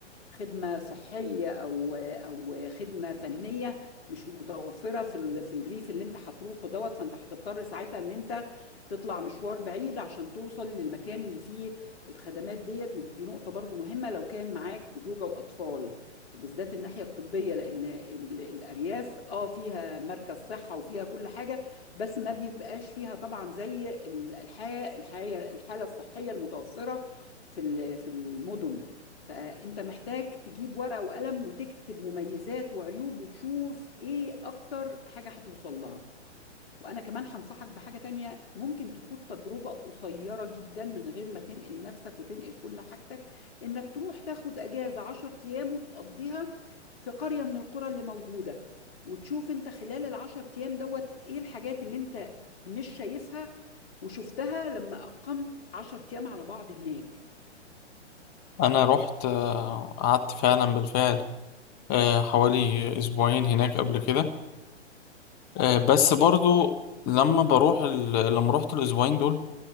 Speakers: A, on the left (about 55°); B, on the left (about 25°).
A: لخدمة صحية أو أو خدمة فنية مش متوفرة في ال- في الريف اللي أنت هتروحه دوت فأنت هتضطر ساعتها إن أنت تطلع مشوار بعيد عشان توصل للمكان اللي فيه الخدمات ديت ودي نقطة برضو مهمة لو كان معاك زوجة وأطفال بالذات الناحية الطبية لأن ال- الأرياف اه فيها مركز صحة وفيها كل حاجة بس ما بيبقاش فيها طبعا زي ال- الحياة الحياة الحالة الصحية المتوفرة في ال- في المدن فأنت محتاج تجيب ورقة وقلم وتكتب مميزات وعيوب وتشوف إيه أكتر حاجة هتوصل لها وانا كمان هنصحك بحاجة تانية ممكن تخوض تجربة قصيرة جدا من غير ما تنقل نفسك وتنقل كل حاجتك انك تروح تاخد اجازة 10 ايام وتقضيها في قرية من القرى اللي موجودة وتشوف انت خلال العشر ايام دوت ايه الحاجات اللي انت مش شايفها وشفتها لما اقمت 10 ايام على بعض هناك
B: انا رحت آه، قعدت فعلا بالفعل آه، حوالي اسبوعين هناك قبل كده آه، بس برضو لما بروح ال- لما رحت الاسبوعين دول